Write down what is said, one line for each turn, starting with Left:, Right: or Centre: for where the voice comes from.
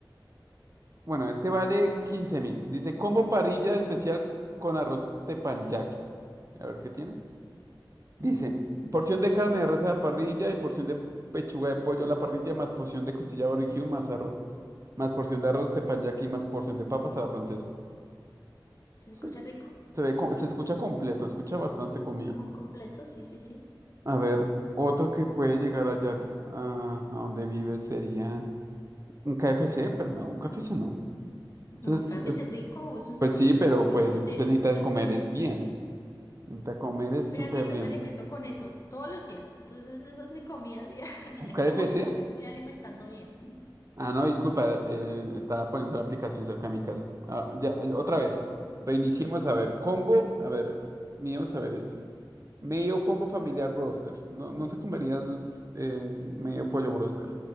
Right: Bueno, este vale quince mil. Dice combo parrilla especial con arroz teppanyaki. A ver qué tiene. Dice porción de carne de res a la parrilla y porción de pechuga de pollo a la parrilla, más porción de costilla barbecue, más arroz, más porción de arroz teppanyaki, más porción de papas a la francesa.
Left: ¿Se escucha
Right: Se,
Left: rico?
Right: se ve,
Left: ¿Se
Right: co-
Left: escucha
Right: se escucha
Left: rico?
Right: completo, escucha bastante comida.
Left: Muy completo, sí, sí, sí.
Right: A ver, otro que puede llegar allá a, a donde vive sería un KFC, pero no, un KFC no. Entonces,
Left: No, café
Right: es,
Left: es rico o es un
Right: pues
Left: sanduchito
Right: sí, pero
Left: ahí.
Right: pues es que
Left: de-
Right: usted necesita comer es bien. Intenta comer es súper
Left: Mira que yo
Right: bien.
Left: me alimento con eso todos los días. Entonces esa es mi comida diaria, <laughs>
Right: ¿Un KFC?
Left: como que no me estoy alimentando bien.
Right: Ah, no, disculpa, eh, estaba poniendo la aplicación cerca de mi casa. Ah, ya, eh, otra vez. Reiniciemos a ver. Combo, a ver, miremos a ver este. Medio combo familiar broster. No, no te comerías eh, un medio pollo broster.